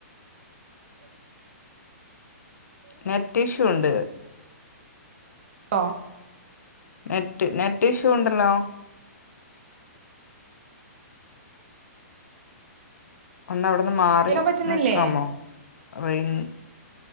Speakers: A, on the left (about 75°); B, on the right (about 45°).
A: നെറ്റ് ഇഷ്യു ഉണ്ട്
B: ണ്ടോ
A: നെറ്റ് നെറ്റ് ഇഷ്യൂ ഉണ്ടല്ലോ ഒന്നവിടെ മാറി
B: കേക്കാൻ പറ്റുന്നില്ലേ
A: നിക്കാമോ റെയിൽ